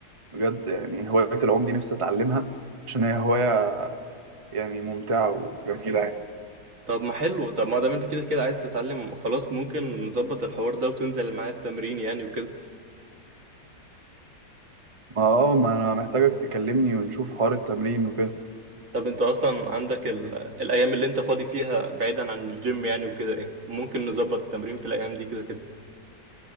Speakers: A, on the right; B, on the right.
A: بجد يعني هواية العوم دي نفسي اتعلمها عشان هي هواية يعني ممتعة وجميلة يعني
B: طب ما حلو طب ما دام انت كده كده عايز تتعلم خلاص ممكن نظبط الحوار ده وتنزل معايا التمرين يعني وكده
A: ما اه ما انا محتاجك تكلمني ونشوف حوار التمرين وكده
B: طب انت اصلا عندك ال... الايام اللي انت فاضي فيها بعيدا عن الجيم يعني وكده ايه ممكن نظبط التمرين في الايام دي كده كده